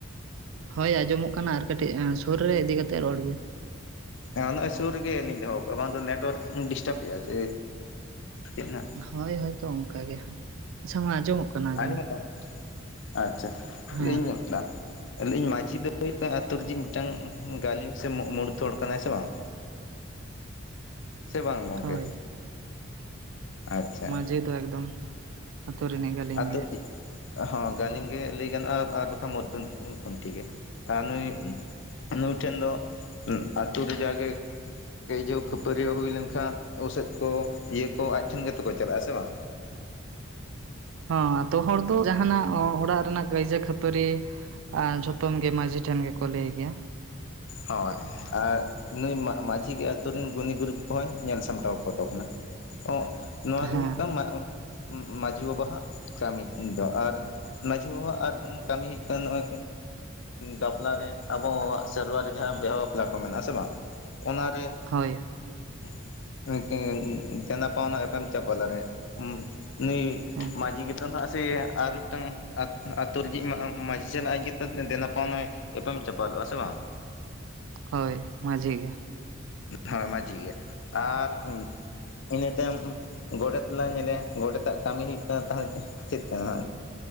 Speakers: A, on the right; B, on the left.
A: ᱦᱳᱭ ᱟᱸᱡᱚᱢᱚᱜ ᱠᱟᱱᱟ ᱟᱨ ᱠᱟᱹᱴᱤᱡ ᱥᱩᱨ ᱨᱮ ᱤᱫᱤ ᱠᱟᱛᱮᱫ ᱨᱚᱲ ᱵᱤᱱ
B: ᱮ ᱱᱚᱜᱼᱚᱭ ᱥᱩᱨ ᱨᱮᱞᱤᱧ ᱫᱚᱦᱚ ᱠᱟᱜᱼᱟ ᱵᱟᱝ ᱫᱚ ᱱᱮᱴᱚᱣᱟᱨᱠ ᱰᱤᱥᱴᱟᱵᱮᱼᱟ ᱡᱮ ᱪᱮᱫ ᱱᱟᱜ
A: ᱦᱳᱭ ᱦᱳᱭ ᱛᱚ ᱚᱱᱠᱟ ᱜᱮ ᱟᱪᱪᱷᱟ ᱢᱟ ᱟᱸᱡᱚᱢᱚᱜ ᱠᱟᱱᱟ ᱟᱸᱡᱚᱢ
B: ᱟᱸᱡᱚᱢᱚᱜ
A: ᱫᱚ
B: ᱠᱟᱱᱟ ᱟᱪᱪᱷᱟ
A: ᱦᱮᱸ
B: ᱞᱟᱹᱭ ᱟᱹᱧ ᱞᱟᱹᱭ ᱟᱹᱧ ᱢᱟᱺᱡᱷᱤ ᱫᱚ ᱦᱩᱭᱩᱜ ᱠᱟᱱᱟ ᱟᱹᱛᱳ ᱨᱤᱡᱤᱡ ᱢᱤᱫᱴᱟᱝ ᱜᱟᱹᱞᱤᱢ ᱥᱮ ᱢᱩᱬᱩᱫ ᱦᱚᱲ ᱠᱟᱱᱟᱭ ᱥᱮ ᱵᱟᱝ ᱥᱮ ᱵᱟᱝ ᱜᱚᱝᱠᱮ
A: ᱦᱳᱭ
B: ᱟᱪᱪᱷᱟ
A: ᱡᱮᱦᱮᱛᱩ ᱮᱠᱫᱚᱢ ᱟᱛᱳ ᱨᱤᱱᱤᱡ ᱜᱟᱹᱞᱤᱢ
B: ᱟ‌ᱛᱳ
A: ᱜᱮ
B: ᱨᱤᱡᱤᱡ ᱦᱚᱸ ᱜᱟᱞᱤᱢ ᱜᱮ ᱞᱟᱹᱭ ᱜᱟᱱᱚᱜᱼᱟ ᱟᱨ ᱵᱟᱝᱠᱷᱟᱱ ᱢᱚᱫᱫᱷᱚᱢ ᱠᱷᱩᱱᱴᱤ ᱜᱮ ᱟᱨ ᱱᱩᱭ ᱱᱩᱭ ᱴᱷᱮᱱ ᱫᱚ ᱟᱹᱛᱳ ᱨᱮᱡᱟᱜ ᱜᱮ ᱠᱟᱹᱭᱡᱟᱹᱣ ᱠᱷᱟᱹᱯᱟᱹᱨᱤᱭᱟᱹ ᱦᱩᱭ ᱞᱮᱱᱠᱷᱟᱱ ᱩᱥᱟᱹᱫ ᱠᱚ ᱤᱭᱟᱹ ᱠᱚ ᱟᱡ ᱴᱷᱮᱱ ᱜᱮᱛᱚ ᱠᱚ ᱪᱟᱞᱟᱜᱼᱟ ᱥᱮ ᱵᱟᱝ
A: ᱦᱚᱸ ᱟᱹᱛᱳ ᱦᱚᱲ ᱫᱚ ᱡᱟᱦᱟᱱᱟᱜ ᱚᱲᱟᱜ ᱨᱮᱱᱟᱜ ᱠᱟᱹᱭᱡᱟᱹ ᱠᱷᱟᱹᱯᱟᱹᱨᱤ ᱟᱨ ᱡᱷᱚᱛᱚᱢ ᱜᱮ ᱢᱟᱺᱡᱷᱤ ᱴᱷᱮᱱ ᱜᱮᱠᱚ ᱞᱟᱹᱭ ᱜᱮᱭᱟ
B: ᱦᱳᱭ ᱟᱨ ᱱᱩᱭ ᱢᱟ ᱢᱟᱺᱡᱷᱤ ᱜᱮ ᱟᱛᱩ ᱨᱮᱱ ᱜᱩᱱᱤ ᱜᱩᱨᱤᱵ ᱠᱚᱦᱚᱧ ᱧᱮᱞ ᱥᱟᱢᱴᱟᱣ ᱠᱚ ᱛᱟᱵᱚᱱᱟ ᱚ ᱱᱚᱶᱟ ᱜᱮ
A: ᱦᱮᱸ
B: ᱦᱩᱭᱩᱜ ᱠᱟᱱᱟ ᱢᱟᱺᱡᱷᱤ ᱵᱟᱵᱟᱣᱟᱜ ᱠᱟᱹᱢᱤ ᱫᱚ ᱟᱨ ᱢᱟᱹᱡᱷᱤ ᱵᱟᱵᱟ ᱟᱨ ᱠᱟᱹᱢᱤ ᱦᱳᱭᱳᱜ ᱠᱟᱱᱟ ᱱᱚᱜᱼᱚᱭ ᱵᱟᱯᱞᱟ ᱨᱮᱟᱵᱚᱣᱟᱜ ᱥᱮᱨᱣᱟ ᱨᱮ ᱡᱟᱦᱟᱸ ᱵᱤᱦᱟ ᱵᱟᱯᱞᱟ ᱠᱚ ᱢᱮᱱᱟᱜᱼᱟ ᱥᱮ ᱵᱟᱝ ᱚᱱᱟ ᱨᱮ
A: ᱦᱳᱭ
B: <unintelligible> ᱫᱮᱱᱟ ᱯᱟᱣᱱᱟ ᱮᱯᱮᱢ ᱪᱟᱯᱟᱞ ᱨᱮ ᱱᱩᱭ
A: ᱦᱮᱸ
B: ᱢᱟᱺᱡᱷᱤ ᱜᱮᱛᱚ ᱱᱟᱦᱟᱜ ᱥᱮ ᱟᱨ ᱢᱤᱫᱴᱟᱝ ᱟᱹᱛᱩ ᱨᱤᱡᱤᱡ ᱢᱟᱺᱡᱷᱤ ᱪᱟᱞᱟᱜ ᱟᱭ ᱟᱡ ᱜᱮᱛᱚ ᱫᱮᱱᱟ ᱯᱟᱣᱱᱟᱭ ᱮᱯᱮᱢ ᱪᱟᱯᱟᱞᱼᱟ ᱥᱮ ᱵᱟᱝ
A: ᱦᱳᱭ ᱢᱟᱺᱡᱷᱤ ᱜᱮ
B: ᱦᱳᱭ ᱢᱟᱺᱡᱷᱤ ᱜᱮ ᱟᱨ ᱤᱱᱟᱹ ᱛᱟᱭᱚᱢ ᱜᱚᱰᱮᱛ ᱞᱟᱝ ᱧᱮᱞᱮᱭᱟ ᱜᱚᱰᱮᱛᱟᱜ ᱠᱟᱹᱢᱤ ᱦᱩᱭᱩᱜ ᱠᱟᱱᱟ ᱛᱟᱦᱚᱞᱮ ᱪᱮᱫ ᱠᱟᱱᱟ?